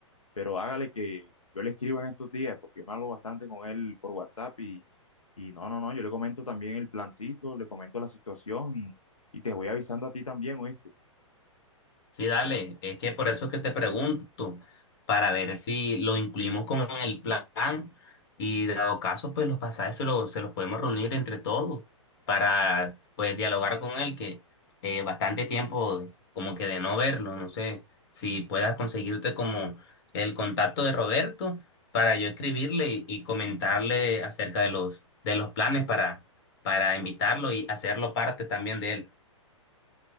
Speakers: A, on the left; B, on the left.
A: Pero hágale que yo le escribo en estos días porque yo me hablo bastante con él por WhatsApp y, y no, no, no, yo le comento también el plancito, le comento la situación y, y te voy avisando a ti también, ¿oíste?
B: Sí, dale, es que por eso es que te pregunto, para ver si lo incluimos como en el plan y dado caso, pues los pasajes se los, se los podemos reunir entre todos para pues dialogar con él, que eh, bastante tiempo de- como que de no verlo, no sé si puedas conseguirte como el contacto de Roberto para yo escribirle y, y comentarle acerca de los, de los planes para, para invitarlo y hacerlo parte también de él.